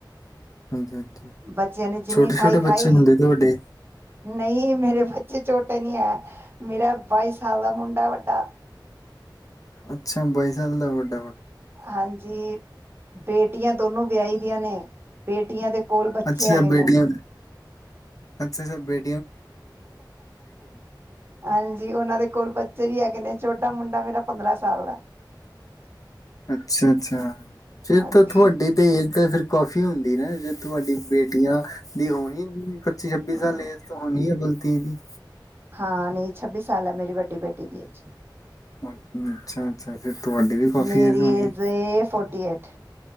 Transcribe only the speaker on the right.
ਬੱਚਿਆਂ ਨੇ ਜਿੰਨੀ
ਖਾਈ
-ਖਾਈ,
ਨਹੀਂ ਮੇਰੇੱਚੇ ਚੋਟੇ ਨੀ ਹੈ, ਮੇਰਾ ਬਾਈ ਸਾਲ ਦਾ ਮੁੰਡਾ ਵੱਡਾ।
ਹਾਂਜੀ, ਬੇਟੀਆਂ ਦੋਨੋ ਵਿਆਹੀ ਦੀਆਂ ਨੇ। ਬੇਟੀਆਂ ਦੇ ਕੋਲ ਬੱਚੇ
ਹੈਗੇ
ਨੇ
ਹਾਂਜੀ, ਉਹਨਾਂ ਦੇ ਕੋਲ ਬੱਚੇ ਵੀ ਹੈਗੇ ਨੇ ਛੋਟਾ ਮੁੰਡਾ ਮੇਰਾ, ਪੰਦਰਾਂ ਸਾਲ ਦਾ
ਹਾਂਜੀ
ਹਾਂ
ਹਾਂ, ਨਹੀਂ ਛੱਬੀ ਸਾਲ ਹੈ ਮੇਰੀ ਵੱਡੀ ਬੇਟੀ ਦੀ ਏਜ।
ਮੇਰੀ
ਏ ਫੋਰਟੀ ਏਟ